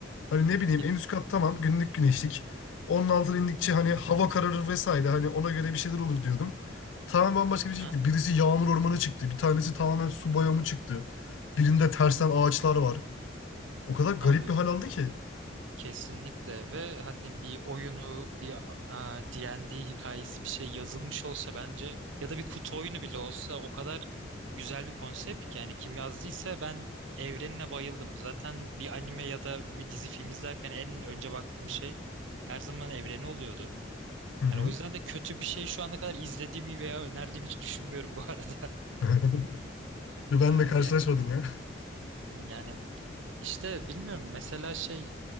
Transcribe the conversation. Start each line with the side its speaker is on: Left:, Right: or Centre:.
Left: Hani ne bileyim
Right: Ye-
Left: en üst kat tamam günlük güneşlik. Onun altına indikçe hani
Right: Hı
Left: hava
Right: hı.
Left: kararır vesaire hani ona göre bir şeyler olur diyordum. Tamamen bambaşka
Right: Aha.
Left: bir şey çıktı. Birisi yağmur ormanı çıktı. Bir tanesi tamamen su bayramı çıktı. Birinde tersten ağaçlar var. O kadar garip
Right: Abi
Left: bir hal aldı ki.
Right: Kesinlikle ve hani bir oyunu bir a, D&D hikayesi bir şey yazılmış olsa bence ya da bir kutu oyunu bile olsa o kadar güzel bir konsept ki yani kim yazdıysa ben evrenine bayıldım. Zaten bir anime ya da bir dizi film izlerken en önce baktığım şey her zaman evreni oluyordu.
Left: Hı hı.
Right: Yani o yüzden de kötü bir şey şu ana kadar izlediğimi veya önerdiğimi hiç düşünmüyorum bu arada.
Left: <laughs> Ben
Right: <laughs> Aa,
Left: de karşılaşmadım
Right: Yani
Left: ya.
Right: yani işte bilmiyorum mesela şey